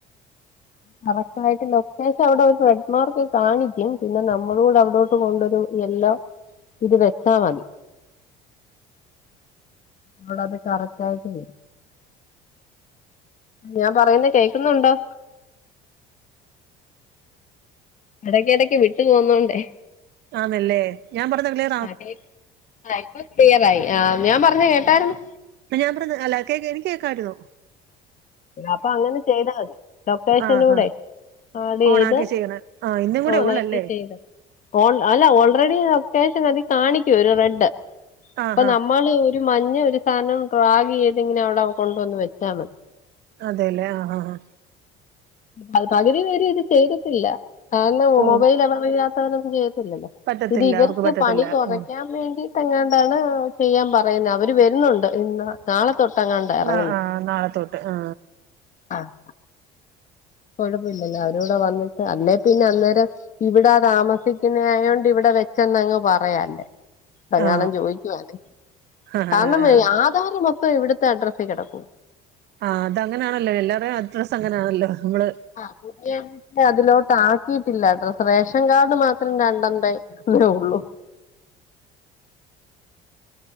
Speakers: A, on the left; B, on the right.
A: കറക്ട് ആയിട്ട് ലൊക്കേഷൻ അവിടെ ഒര് ട്രെഡ് മാർക്ക് കാണിക്കും പിന്നെ നമ്മളൂടെ അവിടോ ട്ട് പോണ്ടൊരു യെല്ലോ ഇത് വെച്ചാ മതി നോടാതെ കറക്റ്റ് ആയിട്ടേ ഞാൻ പറയുന്ന കേൾക്കുന്നുണ്ടോ എടക്കെടയ്ക്ക് വിട്ടു പോവുന്നോണ്ടേ
B: ആന്നല്ലേ ഞാൻ പറഞ്ഞ ക്ലീ
A: ആഹ് ഇപ്പ ക്ലിയറായി ആഹ് ഞാൻ പറഞ്ഞ കേട്ടായിരുന്നു
B: പ്പ ഞാൻ പറയുന്നത് അല്ല കേ എനിക്കേക്കായിരുന്നു
A: അപ്പൊ അങ്ങനെ ചെയ്താൽ മതി ലൊക്കേഷനൂടെ
B: ആ ആ
A: ആട് ചെയ്ത്
B: ഓണാക്കി ചെയ്യണേ ആ ഇന്നും കൂടെ
A: ഓണാക്കി
B: ഉള്ളല്ലേ
A: ചെയ്ത് ഓൾ അല്ല ഓൾറെഡി ലൊക്കേഷൻ അതി കാണിക്കും ഒരു റെഡ്
B: ആ
A: അപ്പൊ
B: ആ
A: നമ്മള് ഒരു മഞ്ഞ ഒരു സാധനം ഡ്രാഗിയ്ത് ഇങ്ങനെ അവിടെ കൊണ്ട് വന്ന് വച്ചാ മതി
B: അതെല്ലേ ആഹ് ആഹ് ആഹ്
A: അത് പകുതി പേര് ഇത് ചെയ്തിട്ടില്ല കാരണം
B: ഓ
A: മൊബൈൽ അവറില്ലാത്തവനൊന്നും ചെയ്യുത്തില്ലല്ലോ
B: പറ്റത്തില്ല
A: പിന്നെ ഇവർക്ക്
B: അവർക്ക് പറ്റത്തില്ല
A: പണി കുറയ്ക്കാം
B: ഉം
A: വേണ്ടീട്ട് എങ്ങാണ്ടാണ് ചെയ്യാൻ പറയുന്നത് അവര് വരുന്നുണ്ട് ഇന്ന് നാളെത്തൊട്ടങ്ങാണ്ടേ എറങ്ങുന്നെ
B: ആ ആ നാളെ തൊട്ട് ആ
A: ആഹ് കുഴപ്പഇല്ലല്ലോ അവരൂടെ വന്നിട്ട് അല്ലേ പിന്നെ അന്നേരം ഇവിടാ താമസിക്കുന്നായോണ്ട് ഇവിടെ വെച്ചെന്നങ്ങ് പറയാല്ലേ സങ്ങാണും
B: ആ
A: ചോയിക്കു വാണെങ്കി
B: ആ
A: കാരണം
B: ആ
A: ഈ ആധാറ് മൊത്തം ഇവിടുത്തെ അഡ്രസ്സേ കിടക്കോ
B: ആഹ് അത് അങ്ങനാണല്ലോ എല്ലാരേം അഡ്രസ്സ് അങ്ങനാണല്ലോ നമ്മള്
A: ആഹ് പുട്യ അതിലോട്ട് ആക്കിയിട്ടില്ല അഡ്രസ്സ് റേഷൻ കാർഡ് മാത്രം രണ്ടെണ്ടേ ഒര് ഉള്ളൂ